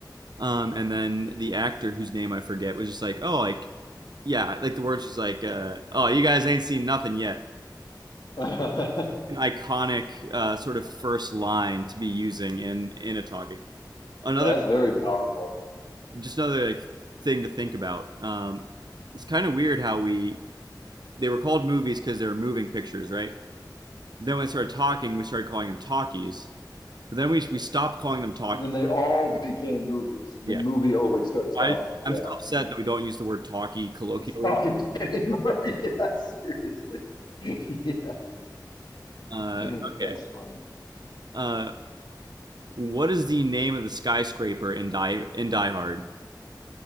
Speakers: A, on the right; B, on the left.
A: um, and then the actor whose name I forget was just like, oh, like yeah, like the words just like, uh, oh, you guys ain't seen nothing yet,
B: <laughs>
A: iconic uh, sort of first line to be using in in a talkie. Another
B: That's very powerful.
A: just another like thing to think about. Um, it's kind of weird how we they were called movies because they were moving pictures, right? Then when we started talking, we started calling them talkies. But then we we stopped calling them talkies.
B: And then they all became movies. And
A: Yeah,
B: then movie overtook talkie.
A: I,
B: Yeah.
A: I'm still upset
B: <laughs> yeah.
A: that we don't use the word talkie colloquially.
B: It's talkie anymore. <laughs> Yeah, seriously. <laughs> Yeah.
A: Uh,
B: <laughs>
A: okay.
B: That's funny.
A: Uh, what is the name of the skyscraper in Die in Die Hard?